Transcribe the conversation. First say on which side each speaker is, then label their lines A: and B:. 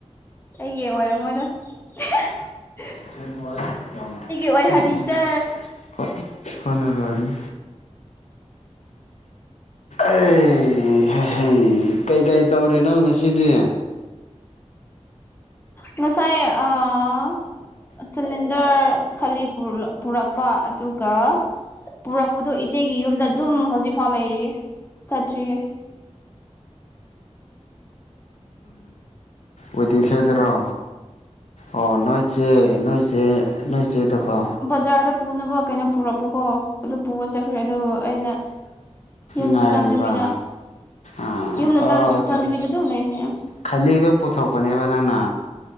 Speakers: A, on the left; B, on the left.
A: ꯑꯩꯒꯤ ꯑꯣꯏꯔꯝ ꯃꯣꯏꯗ <unintelligible>
B: <unintelligible>
A: ꯑꯣꯏꯍꯟꯅꯤꯡꯗꯦ
B: ꯈꯣꯢꯅ ꯂꯣꯢꯔꯝꯅꯤ ꯑꯦ ꯍꯩꯍꯩ ꯀꯩꯀꯩ ꯇꯧꯔꯤꯅꯣ ꯉꯁꯤꯗꯤ
A: ꯉꯁꯥꯏ ꯑꯥ ꯁꯤꯂꯤꯟꯗꯔ ꯈꯥꯜꯂꯤ ꯄꯨꯔꯛꯄ ꯑꯗꯨꯒ ꯄꯨꯔꯛꯄꯗꯣ ꯏꯆꯦꯒꯤ ꯌꯨꯝꯗ ꯑꯗꯨꯝ ꯍꯧꯖꯤꯛꯐꯥꯎ ꯂꯩꯔꯤꯌꯦ ꯆꯠꯇ꯭ꯔꯤꯌꯦ
B: ꯋꯦꯇꯤꯡ ꯁꯦꯠꯇꯔꯣ ꯑꯣ ꯅꯣꯏ ꯆꯦ ꯅꯣꯏ ꯆꯦ ꯅꯣꯢ ꯆꯦꯗꯀꯣ
A: ꯕꯖꯥꯔꯗ ꯄꯨꯅꯕ ꯀꯩꯅꯣ ꯄꯨꯔꯛꯄꯀꯣ ꯑꯗꯨ ꯄꯨꯕ ꯆꯠꯈ꯭ꯔꯦ ꯑꯗꯨ ꯑꯩꯅ ꯌꯨꯝꯗ
B: ꯉꯥꯏꯔꯤꯕ
A: ꯆꯪꯗꯕꯤꯗ
B: ꯑ
A: ꯌꯨꯝꯗ
B: ꯑꯣ
A: ꯆꯪꯗꯕꯤꯗ
B: ꯆꯠ
A: ꯑꯗꯨꯝ ꯂꯩꯕꯅꯦ
B: ꯈꯥꯂꯤꯗꯣ ꯄꯣꯊꯥꯛ ꯄꯅꯦꯕ ꯅꯪꯅ